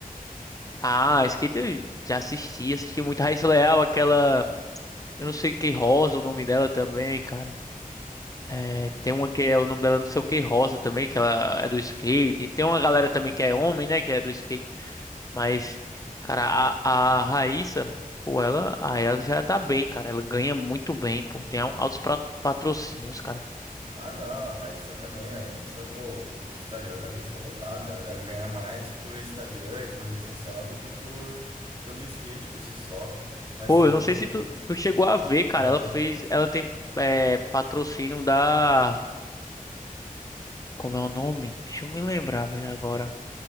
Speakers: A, on the left; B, on the right.
A: Ah, skate eu já assisti, assisti muito Raíssa Leal, aquela. Eu não sei que Rosa, o nome dela também, cara. É, tem uma que é o nome dela não sei o que Rosa também, que ela é do skate. Tem uma galera também que é homem, né, que é do skate. Mas, cara, a, a Raíssa, pô, ela, ah, ela já tá bem, cara. Ela ganha muito bem, pô. Tem altos pra- patrocínios, cara.
B: Ah, não, a Raíssa também, a Raíssa, pô, o Instagram da Raíssa é lotado, né? Ela deve ganhar mais por Instagram e por rede social do que por pelo skate por si só. Mas
A: Pô,
B: também,
A: eu não sei se tu, tu chegou a ver, cara.
B: ó,
A: Ela fez. Ela tem é, patrocínio da. Como é o nome? Deixa eu me lembrar, velho, agora.